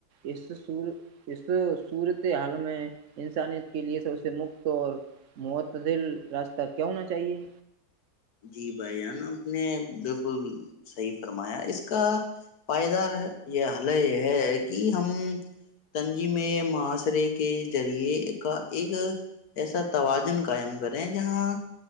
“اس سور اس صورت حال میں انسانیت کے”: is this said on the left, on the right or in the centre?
Right